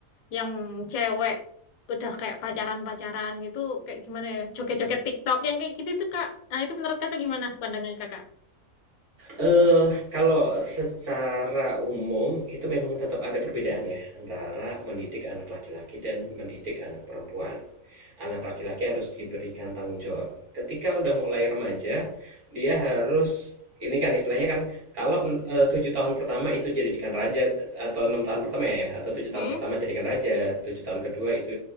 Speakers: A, on the left (about 85°); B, on the right (about 60°).
A: yang cewek udah kayak pacaran-pacaran gitu kayak gimana ya? Joget-joget TikTok yang kayak gitu tuh Kak. Nah, itu menurut Kakak gimana pandangan Kakak?
B: eh, kalau secara umum itu memang tetap ada perbedaan ya antara mendidik anak laki-laki dan mendidik anak perempuan. Anak laki-laki harus diberikan tanggung jawab. Ketika udah mulai remaja, dia harus ini kan istilahnya kan kalau eh, tujuh tahun pertama itu jadi jadikan raja atau enam tahun pertama ya atau tujuh tahun
A: Hmm,
B: pertama jadikan raja tujuh tahun kedua itu